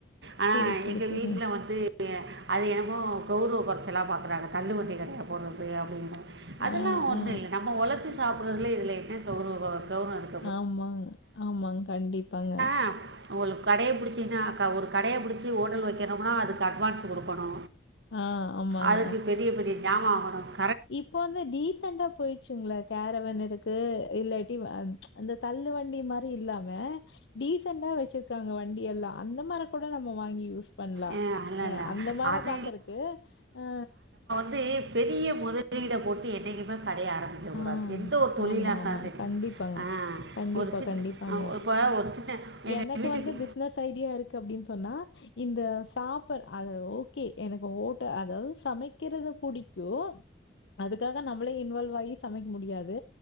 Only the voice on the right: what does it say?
ஆனா
எங்க
வீட்ல வந்து அது என்னமோ கௌரவ கொறச்சலா பாக்கறாங்க தள்ளு வண்டி போடுறது அப்டின்னு அதெல்லா
ஒண்ணு
இல்ல நம்ம உழைச்சு சாப்பறதுல இதுல என்ன கௌவ கௌரவோ இருக்கு
அ உங்களுக்கு கடையப் புடிச்சீங்கனாக்கா ஒரு கடைய புடிச்சு ஹோட்டல் வெக்கனும்னா அதுக்கு அட்வான்ஸ் குடுக்கணு
அதுக்கு பெரிய பெரிய ஜாமா வாங்கனு
இல்லை இல்லை
அது
து பெரிய முதலீட போட்டு என்னைக்குமே கடைய ஆரம்பி க்க
கூடாது எந்த ஒரு தொழிலா
இருந்தாலு
சரி
அ
ஒரு சின்
இப்ப ஒரு சின்ன எங்கள்
வீட்டுக்கு